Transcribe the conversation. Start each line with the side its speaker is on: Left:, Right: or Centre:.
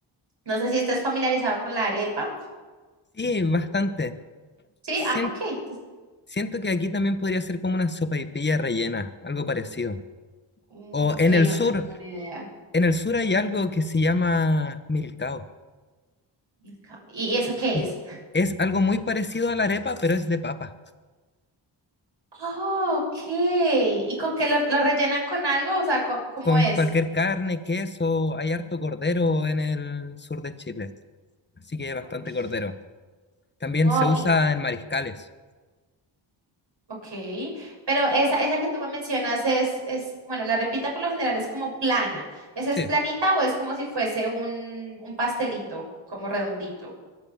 Right: No sé si estés familiarizado con la arepa.
Left: Sí, bastante.
Right: Sí,
Left: Sien-
Right: ah, ok, entonces,
Left: siento que aquí también podría ser como una sopaipilla rellena, algo parecido.
Right: mm,
Left: O
Right: ok,
Left: en el
Right: no,
Left: sur,
Right: no tengo ni idea.
Left: en el sur hay algo que se llama milcao.
Right: El cab- ¿Y eso qué
Left: Sí.
Right: es?
Left: Es algo muy parecido a la arepa, pero es de papa.
Right: Oh, ok. ¿Y con qué lo, lo rellenan con algo? O sea, ¿cómo, cómo
Left: Con
Right: es?
Left: cualquier carne, queso, hay harto cordero en el sur de Chile. Así que bastante
Right: Ok.
Left: cordero. También
Right: Wow,
Left: se usa
Right: y,
Left: en mariscales.
Right: ok. Pero esa, esa que tú me mencionas es, es, bueno, la repita por lo general es como plana. ¿Esa
Left: Sí.
Right: es planita o es como si fuese un, un pastelito, como redondito?